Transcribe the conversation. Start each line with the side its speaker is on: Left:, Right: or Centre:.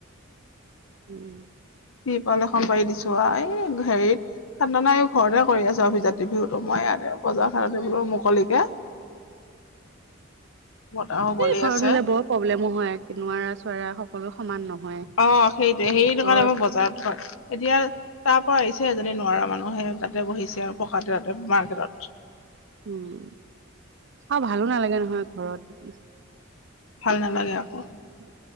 Right: উম।
Left: তিৰপাল এখন পাৰি দিছো আৰু, এই হেৰিত শান্তনায়ো এই ঘৰতে কৰি আছে অভিজাত। <unintelligible> মই ইয়াতে বজাৰখনতে বোলো মুকলিকে। বতাহো বলি
Right: এ ঘৰত
Left: আছে
Right: হ'লে বৰ প্ৰব্লেমো হয় নোৱাৰা চোৱাৰা সকলো সমান নহয়।
Left: অ সেইটোৱে সেইটো
Right: বৰ
Left: কাৰণে মোৰ বজাৰত হয়, এতিয়া তাৰ পৰা আহিছে। এজনী নোৱাৰা মানুহে তাতে বহিছে আৰু পকাত <unintelligible> মাৰ্কেটত।
Right: উম, আৰু ভালো নালাগে নহয় ঘৰত।
Left: ভাল নালাগে আকৌ।
Right: উ